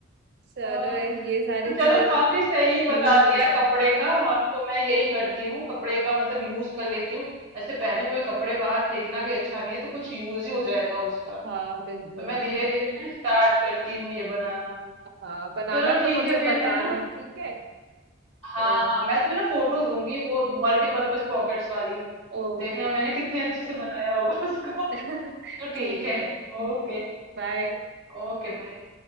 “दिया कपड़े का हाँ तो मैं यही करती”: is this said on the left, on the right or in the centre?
Right